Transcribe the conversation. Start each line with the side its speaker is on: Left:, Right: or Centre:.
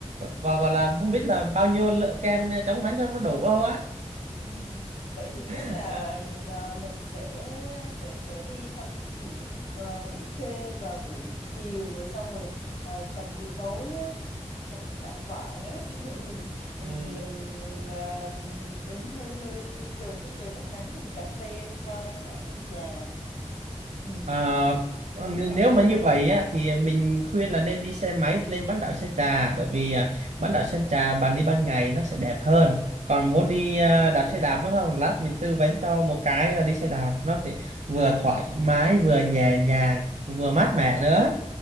Right: gọi, gọi là không biết là bao nhiêu lợ- kem chống nắng cho nó đủ không á
Left: Ừm, vậy thì chắc là
Right: <laughs>
Left: à, mình sẽ sẽ sẽ đi thăm biển à, Mỹ Khê vào buổi chiều rồi xong rồi à, tầm chiều tối á, tầm chạng vạng á <laughs> xong rồi mình mình
Right: Ừ.
Left: mình mình à, đến hơi hơi trời lúc trời tắt nắng thì mình đạp xe qua bán đảo Sơn Trà Ừm,
Right: Ờ,
Left: ngắm hoàng
Right: nếu
Left: hôn
Right: mà như vậy á, thì mình khuyên là nên đi xe máy lên bán đảo Sơn Trà bởi vì à, bán đảo Sơn Trà bạn đi ban ngày nó sẽ đẹp hơn còn muốn đi à, đạp xe đạp đúng không lát mình tư vấn cho một cái là đi xe đạp nó thì vừa thoải mái vừa nhẹ nhàng vừa mát mẻ nữa